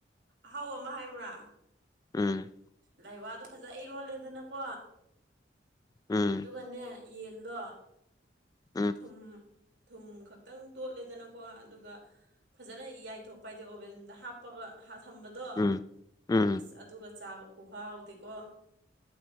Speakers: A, on the right; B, on the left.
A: ꯑꯍꯥꯎꯕ ꯑꯃ ꯍꯥꯏꯌꯨꯔꯥ꯫
B: ꯎꯝ꯫
A: ꯂꯥꯏꯋꯥꯗꯣ ꯐꯖ ꯏꯔꯣꯜꯂꯦꯗꯅꯀꯣ꯫
B: ꯎꯝ
A: ꯑꯗꯨꯒꯅꯦ ꯌꯦꯟꯗꯣ꯫
B: ꯎꯝ
A: ꯊꯨꯝ ꯊꯨꯝ ꯈꯛꯇꯪ ꯇꯣꯠꯂꯦꯗꯅꯀꯣ ꯑꯗꯨꯒ ꯐꯖꯅ ꯌꯥꯏꯊꯣꯛꯄ ꯍꯥꯏꯗꯤ ꯑꯣꯚꯦꯟꯗ ꯍꯥꯞ ꯍꯥꯞꯄꯒ ꯍꯥ ꯊꯝꯕꯗꯣ
B: ꯎꯝ ꯎꯝ
A: ꯑꯁ ꯑꯗꯨꯒ ꯆꯥꯕ ꯈꯨꯍꯥꯎꯗꯤꯀꯣ